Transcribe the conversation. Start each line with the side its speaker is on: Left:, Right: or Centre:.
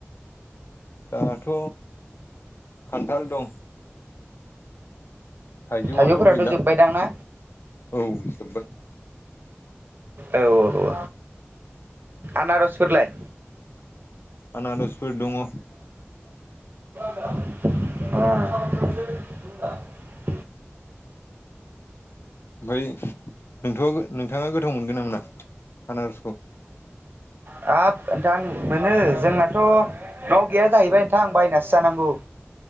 Left: दाथ' खान्थाल दं। थाइजौआथ'
Right: थाइजौफोराथ'
Left: गैला
Right: जोबबाय दां ना?
Left: औ जोब्बाय
Right: ओ औ आनारसफोरलाय
Left: आनारसफोर दङ।
Right: अ।
Left: बाय नोंथ' नोंथाङा गोथाव मोनगोन ना मोना आनारसखौ।
Right: हाब नोंथां मोनो जोंनाथ' न'आव गैया जाहैबाय नोंथां बायनासो जानांगौ।